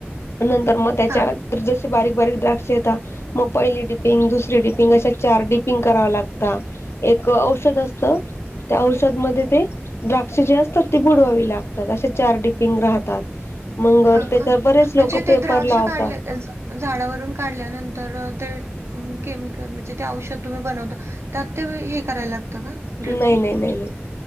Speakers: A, on the left; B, on the right.
A: नंतर म त्याच्या
B: हा
A: जसे बारीक बारीक द्राक्ष येतात मो पहिली डिपिंग, दुसरी डिपिंग अशा चार डिपिंग कराव लागत एक औषध असतं. त्या औषधमध्ये ते द्राक्ष जे असतात ते बुडवावी लागतात असे चार डिपिंग राहतात. मंग
B: हा
A: त्याच्यावर
B: का
A: बरेच लोकं
B: म्हणजे ते
A: पेपर
B: द्राक्ष
A: लावतात.
B: काढले झ झाडावरून काढल्यानंतर ते म केमिकल म्हणजे ते औषध तुम्ही बनवता त्यात ते वे हे करायला लागतं का? ड्रिपिंग
A: नाही नाही नाही नाही.